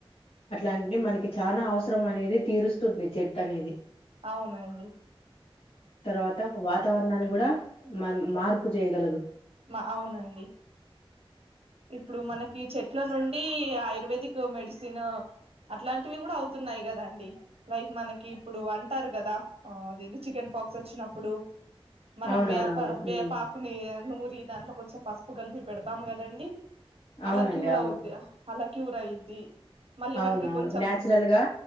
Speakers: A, on the left; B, on the right.
A: అట్లాంటివి మనకి చానా అవసరం అనేది తీరుస్తుంది చెట్టు అనేది.
B: అవునండి.
A: తర్వాత వాతావరణాన్ని కూడా మ మార్పు చేయగలదు.
B: మా అవునండి. ఇప్పుడు మనకి చెట్ల నుండి ఆయుర్వేదిక్ మెడిసిన్ అట్లాంటివి కూడా అవుతున్నాయి కదా అండి. లైక్ మనకి ఇప్పుడు అంటారు కదా ఆ అదేంది చికెన్ పక్స్ వచ్చినప్పుడు మనం
A: అవునవునండి.
B: వేపా
A: హ్మ్.
B: వేపాకుని నూ ది దాంట్లో కొంచం పసుపు కలిపి పెడతాం కదండి‌
A: అవునండి.
B: అలా క్యూర్
A: అవును.
B: అవుద్ది. హా అలా క్యూర్ అయిద్ది. మళ్ళీ
A: అవునవును
B: మనకి కొంచెం
A: న్యాచురల్ గా